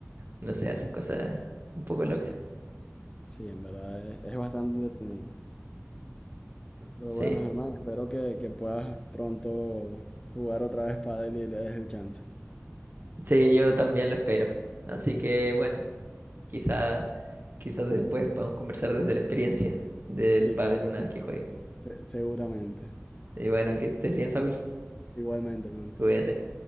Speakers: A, on the right (about 45°); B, on the left (about 20°).
A: no sé, hacen cosas un poco locas.
B: Sí, en verdad es, es bastante entretenido. Pero
A: Sí,
B: bueno, Germán, espero que, que puedas pronto jugar otra vez pádel y le des el chance.
A: sí, yo también lo espero. Así que bueno, quizá, quizás después podamos conversar desde la experiencia del
B: Sí,
A: pádel
B: claro,
A: una
B: <laughs>
A: vez que juegue.
B: se- seguramente.
A: Y bueno, que estés bien, Saúl.
B: Igualmente, hermano.
A: Cuídate.